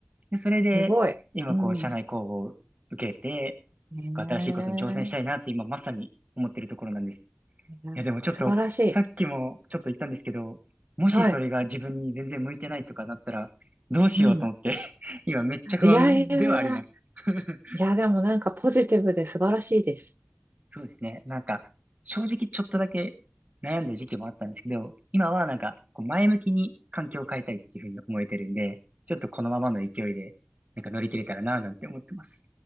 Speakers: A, on the right; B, on the right.
A: で、それで、
B: すごい。
A: 今こう、
B: うん。
A: 社内公募を受けて、
B: ねえ。
A: 新しいことに挑戦したいなって今まさに思ってるところなんです。
B: いやー、
A: いや、でもちょっと、
B: 素晴らしい。
A: さっきもちょっと言ったんですけど、もしそれが自分に全然向いてないとかなったら、
B: はい。
A: どうしようと思って
B: うん。
A: <laughs> 今めっちゃ不安ではあります。
B: いやいやいや。
A: <laughs>
B: いや、でもなんかポジティブで素晴らしいです。
A: そうですね。なんか、正直ちょっとだけ悩んだ時期もあったんですけど、今はなんか、こう前向きに環境を変えたいっていうふうに思えてるんで、ちょっとこのままの勢いで、なんか乗り切れたらなぁなんて思ってます。